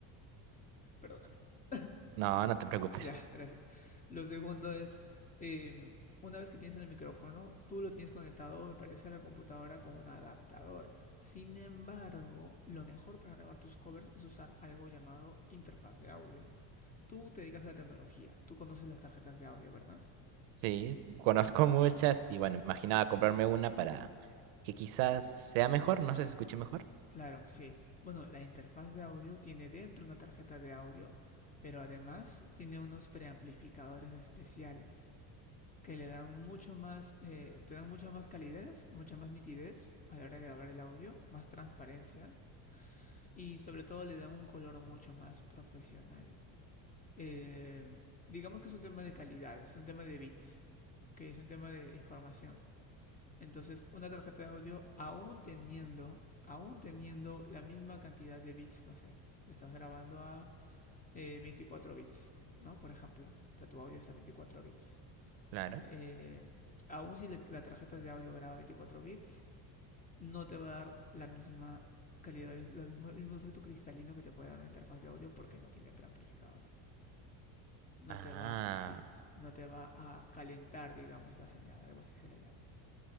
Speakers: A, on the left (about 20°); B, on the right (about 75°).
A: perdóname. <laughs>
B: No, no te preocupes.
A: Ya, gracias. Lo segundo es, eh, una vez que tienes el micrófono, tú lo tienes conectado, me parece, a la computadora con un adaptador. Sin embargo, lo mejor para grabar tus covers es usar algo llamado interfaz de audio. Tú te dedicas a la tecnología, tú conoces las tarjetas de audio, ¿verdad?
B: Sí, conozco muchas y bueno, imaginaba comprarme una para que quizás sea mejor, no sé, si se escuche mejor.
A: Claro, sí. Bueno, la interfaz de audio tiene dentro una tarjeta de audio, pero además tiene unos preamplificadores especiales que le dan mucho más, eh, te dan mucha más calidez, mucha más nitidez a la hora de grabar el audio, más transparencia y sobre todo le da un color mucho más profesional. Eh, digamos que es un tema de calidad, es un tema de bits, que es un tema de información. Entonces, una tarjeta de audio, aún teniendo, aún teniendo la misma cantidad de bits, no sé, estás grabando a eh, 24 bits, ¿no? Por ejemplo, está tu audio es a 24 bits.
B: Claro.
A: Eh, aún si la tarjeta de audio graba 24 bits, no te va a dar la misma calidad, lo mismo, el mismo efecto cristalino que te puede dar una interfaz de audio porque no tiene preamplificadores.
B: Ah,
A: No te va, sí, no te va a calentar, digamos, la señal, algo así se le llama.